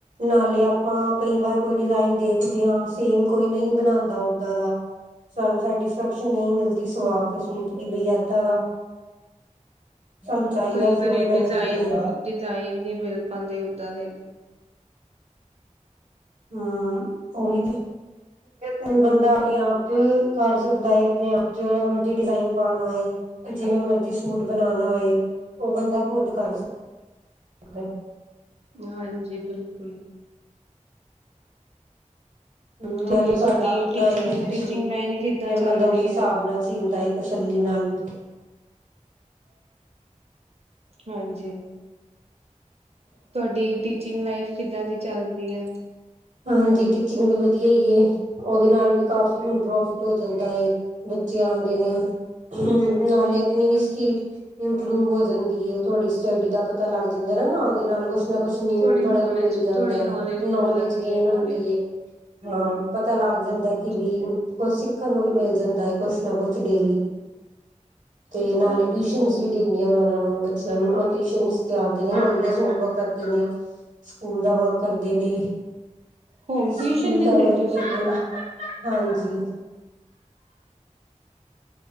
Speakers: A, on the right; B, on the right.
A: ਨਾਲੇ ਆਪਾਂ ਕਈ ਵਾਰ ਕੋਈ ਡਿਜ਼ਾਇਨ ਦੇਖਦੇ ਹਾਂ ਸੇਮ ਕੋਈ ਨਹੀਂ ਬਣਾਉਂਦਾ ਓਦਾਂ ਦਾ ਸਾਨੂੰ ਸੈਟਿਸਫੈਕਸ਼ਨ ਨਹੀਂ ਮਿਲਦੀ ਸਵਾ ਕੇ ਸੂਟ ਕੇ ਬਈ ਇੱਦਾਂ ਦਾ ਸਾਨੂੰ ਚਾਹੀਦਾ
B: ਕਈ
A: ਸੀ
B: ਵਾਰੀ
A: ਉਵੇਂ ਦਾ ਨਹੀਂ
B: ਡਿਜ਼ਾਇਨ
A: ਬਣਿਆ
B: ਡਿਜ਼ਾਇਨ ਨਹੀਂ ਮਿਲ ਪਾਉਂਦੇ ਓਦਾਂ ਦੇ
A: ਹਾਂ ਉਹੀ ਤੇ ਫ ਬੰਦਾ ਆਪਣੇ ਆਪ ਕਰ ਸਕਦਾ ਹੈ ਆਪਣੇ ਆਪ ਚ ਜਿਹੜਾ ਮਰਜੀ ਡਿਜ਼ਾਇਨ ਪਾਣਾ ਹੋਏ ਜਿਵੇਂ ਮਰਜੀ ਸੂਟ ਬਣਾਉਣਾ ਹੋਏ ਉਹ ਬੰਦਾ ਖੁਦ ਕਰ ਸਕੇ ਸਕਦਾ ਏ
B: ਹਾਂਜੀ ਬਿਲਕੁਲ
A: ਹਮ
B: ਤੇ
A: ਨਾਲੇ ਸਾਡਾ
B: ਤੁਹਾਡੀ
A: ਆਪਣਾ
B: ਟੀਚਿੰਗ
A: ਹੀ ਆ ਤੇ
B: ਟੀਚਿੰਗ
A: ਸੂਟ
B: ਲਾਈਨ ਕਿੱਦਾਂ
A: ਫੇਰ
B: ਚੱਲ
A: ਬੰਦਾ
B: ਰਹੀ
A: ਉਸ ਹਿਸਾਬ
B: ਹੈ
A: ਨਾਲ ਸੀਦਾ ਏ ਤਸੱਲੀ ਨਾਲ ਵੀ
B: ਹਾਂਜੀ ਤੁਹਾਡੀ ਟੀਚਿੰਗ ਲਾਈਫ ਕਿੱਦਾਂ ਦੀ ਚੱਲਦੀ ਹੈ
A: ਹਾਂਜੀ ਟੀਚਿੰਗ ਵੀ ਵਧੀਆ ਹੀ ਏ ਉਹਦੇ ਨਾਲ ਵੀ ਕਾਫੀ ਮੈਨੂੰ ਪ੍ਰੋਫਿਟ ਹੋ ਜਾਂਦਾ ਹੈ ਬੱਚੇ ਆਉਂਦੇ ਨੇ ਹ ਨਾਲੇ ਆਪਣੀ ਵੀ ਸਕਿੱਲ ਇੰਪਰੂਵ ਹੋ ਜਾਂਦੀ ਏ ਥੋੜੀ ਸਟੱਡੀ ਦਾ ਪਤਾ ਲੱਗ ਜਾਂਦਾ ਨਾ ਨਾਲ ਦੇ ਨਾਲ ਕੁਛ ਕੁਛ ਨਾ ਕੁਛ ਨਿਊ
B: ਥੋੜੀ
A: ਪੜ੍ਹਨ
B: ਨੌਲੇਜ
A: ਨੂੰ ਮਿਲ ਜਾਂਦਾ
B: ਥੋੜੀ
A: ਹੈ
B: ਨੌਲੇਜ ਮਿਲ
A: ਨੌਲੇਜ
B: ਜਾਂਦੀ
A: ਗੇਨ
B: ਹੈ ਨਾਲੇ
A: ਹੁੰਦੀ ਹੈ ਹਾਂ ਪਤਾ ਲੱਗ ਜਾਂਦਾ
B: ਹਾਂਜੀ
A: ਕਿ ਵੀ ਕੁਛ ਸਿੱਖਣ ਨੂੰ ਵੀ ਮਿਲ ਜਾਂਦਾ ਹੈ ਕੁਛ ਨਾ ਕੁਛ ਡੇਲੀ ਤੇ ਨਾਲੇ ਟਿਊਸ਼ਨਜ
B: ਹਾਂਜੀ
A: ਵੀ ਦਿੰਨੀ ਆ ਮੈਂ ਉਹਨਾਂ ਨੂੰ ਬੱਚਿਆਂ ਨੂੰ ਟਿਊਸ਼ਨਜ ਤੇ ਆਂਦੇ ਨੇ ਹੋਲੀਡੇਜ ਹੋਮਵਰਕ ਕਰਦੇ ਨੇ ਸਕੂਲ ਦਾ ਵਰਕ ਕਰਦੇ ਨੇ
B: ਹੋਮ ਟਿਊਸ਼ਨ
A: ਸਕੂਲ
B: ਦਿੰਦੇ
A: ਦਾ ਵਰਕ
B: ਹੋ ਤੁਸੀਂ
A: ਕਰਦੇ ਨੇ ਹਾਂਜੀ